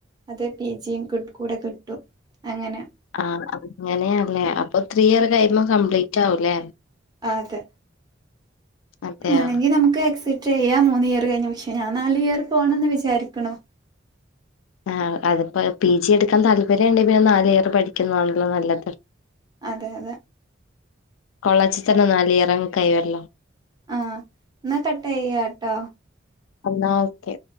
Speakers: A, on the right; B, on the left.
A: അത് പി ജിയും കൂടെ കിട്ടും അങ്ങനെ
B: ആഹ് അങ്ങനെയാല്ലേ അപ്പൊ ത്രീ ഇയർ കഴിയുമ്പോ കംപ്ലീറ്റ് ആവൂല്ലേ
A: ആതെ
B: അതെയോ
A: ആണെങ്കിൽ നമുക്ക് എക്സ് റ്റ് ചെയ്യാം മൂന്ന് ഇയർ കഴിഞ്ഞാൽ പക്ഷേ ഞാൻ നാല് ഇയർ പോണന്ന് വിചാരിക്കുണു
B: ആഹ് അതിപ്പോ പി ജി എടുക്കാൻ താല്പര്യണ്ടെങ്കിൽ പിന്നെ നാല് ഇയർ പഠിക്കുന്നതാണല്ലോ നല്ലത്
A: അതെ അതെ
B: കൊളേജിൽ തന്നെ നാല് ഇയറങ്ങ് കഴിയുവല്ലോ
A: ആഹ് എന്നാ കട്ട് ചെയ്യുവാ കേട്ടോ
B: എന്നാ ഓക്കെ